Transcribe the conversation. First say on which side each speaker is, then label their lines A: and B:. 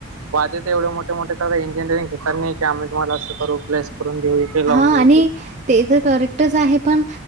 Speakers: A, on the right; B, on the right.
A: पाहिजे तर एवढे मोठे मोठे करत इंजिनिअरिंग घेतणार नाही की आम्ही तुम्हाला अस करू प्लयस करून देऊ. इकडे लावून
B: हा
A: देऊ
B: आणि
A: ते.
B: ते तर करेक्टच आहे पण.